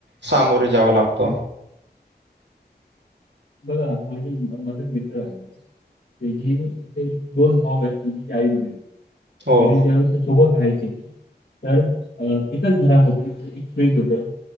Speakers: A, on the right; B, on the left.
A: सामोरे जाव लागत.
B: बघा ना माझे माझा एक मित्र आहे. त्याची, ते दोन भाऊ आहेत आणि त्याची आई वडील.
A: हो
B: पहिले ज सोबत राहायचे तर अ एकच घरामध्ये एक फ्रीझ होत.